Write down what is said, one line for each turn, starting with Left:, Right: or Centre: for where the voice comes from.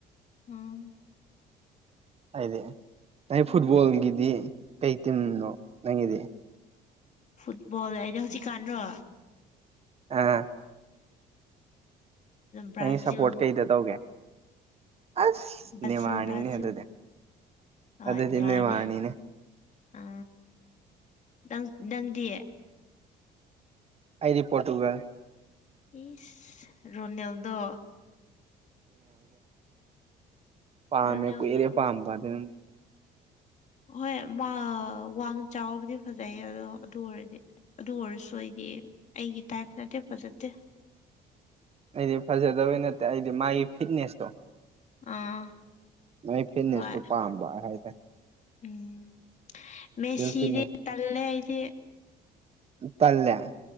Left: ꯎꯝ
Right: ꯍꯥꯏꯗꯤ ꯅꯪ ꯐꯨꯠꯕꯣꯜꯒꯤꯗꯤ ꯀꯩ ꯇꯤꯝꯅꯣ ꯅꯪꯒꯤꯗꯤ
Left: ꯐꯨꯠꯕꯣꯜ ꯍꯥꯏꯗꯤ ꯍꯧꯖꯤꯛ ꯀꯥꯟꯔꯣ
Right: ꯑꯥ
Left: ꯕ꯭ꯔꯥꯖꯤꯜ
Right: ꯅꯪꯒꯤ ꯁꯞꯄꯣꯔꯠ ꯀꯩꯗ ꯇꯧꯒꯦ ꯑꯁ
Left: ꯕꯖꯤꯜ
Right: ꯅꯦꯃꯥꯔꯅꯤꯅꯦ
Left: ꯕ꯭ꯔꯥꯖꯤꯜ
Right: ꯑꯗꯨꯗꯤ
Left: ꯑ
Right: ꯑꯗꯨꯗꯤ
Left: ꯅꯦꯃꯥꯔꯅꯦ
Right: ꯅꯦꯃꯥꯔꯅꯤꯅꯦ
Left: ꯑ ꯅꯪ ꯅꯪꯗꯤ
Right: ꯑꯩꯗꯤ ꯄꯣꯔꯇꯨꯒꯜ
Left: ꯏꯁ ꯔꯣꯅꯦꯜꯗꯣ
Right: ꯄꯥꯃꯦ
Left: ꯔꯣꯅꯦꯜꯗꯣ
Right: ꯀꯨꯏꯔꯦ ꯄꯥꯝꯕ ꯑꯗꯨꯅ
Left: ꯍꯣꯏ ꯃꯥ ꯋꯥꯡ ꯆꯥꯎꯕꯗꯤ ꯐꯖꯩꯌꯦ ꯑꯗꯣ ꯑꯗꯨ ꯑꯣꯏꯔꯗꯤ ꯑꯗꯨ ꯑꯣꯏꯔꯁꯨ ꯑꯩꯗꯤ ꯑꯩꯒꯤ ꯇꯥꯏꯞ ꯅꯠꯇꯦ ꯐꯖꯠꯗꯦ
Right: ꯑꯩꯗꯤ ꯐꯖꯗꯕꯩ ꯅꯠꯇꯦ ꯑꯩꯗꯤ ꯃꯥꯒꯤ ꯐꯤꯠꯅꯦꯁꯇꯣ
Left: ꯑꯥ
Right: ꯃꯥꯏ ꯐꯤꯠꯅꯦꯁꯇꯣ
Left: ꯍꯣꯏ
Right: ꯄꯥꯝꯕ ꯍꯥꯏ ꯇꯥꯏ
Left: ꯎꯝ ꯃꯦꯁꯤꯗꯤ
Right: ꯐꯤꯠꯅꯦꯁ
Left: ꯇꯜꯂꯦ ꯑꯩꯗꯤ
Right: ꯇꯜꯂꯦ